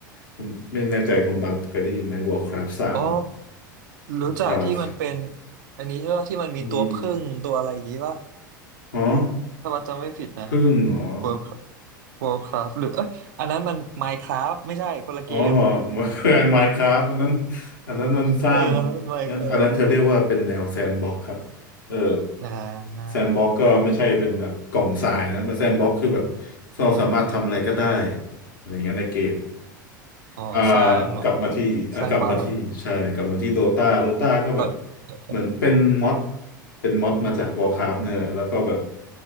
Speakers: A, on the left (about 70°); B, on the right (about 60°).
A: คุณไม่แน่ใจคุณบัตเคยได้ยินไหม Warcraft สาม
B: อ๋อ
A: Warcraft
B: รู้จักที่มันเป็นอันนี้ใช่ป่ะที่มันมีตัวผึ้งตัวอะไรอย่างงี้ป่ะ
A: มี อ๋อ
B: ถ้าบัสจำไม่ผิดนะ
A: พึ่งเหรอ
B: World Worldcraft หรือเอ้ยอันนั้นมัน Minecraft ไม่ใช่คนละเกม
A: อ๋อ <laughs> เคยไมน์คราฟอันนั้นอันนั้นมันสร้างอันนั้นอันนั้นเธอเรียกว่าเป็นแนวแซนด์บ็อกครับ
B: <laughs> เอออันนั้นมัน Minecraft
A: เออ
B: อ่า
A: แซนด์บ็อกก็ไม่ใช่เป็นแบบกล่องทรายนะแซนด์บ็อกคือแบบเราสามารถทำอะไรก็ได้อะไรอย่างเงี้ยในเกม
B: อ๋อสร้างแบบ
A: อ่ากลับมาที่อ่ากลับมาที่ใช่กลับมาที่โดตาโดตาก็แบบ
B: สร้างบ้าน dot dot
A: เหมือนเป็นม็อดเป็นม็อดมาจากวอ r c คราฟเนี่ยแหละแล้วก็แบบ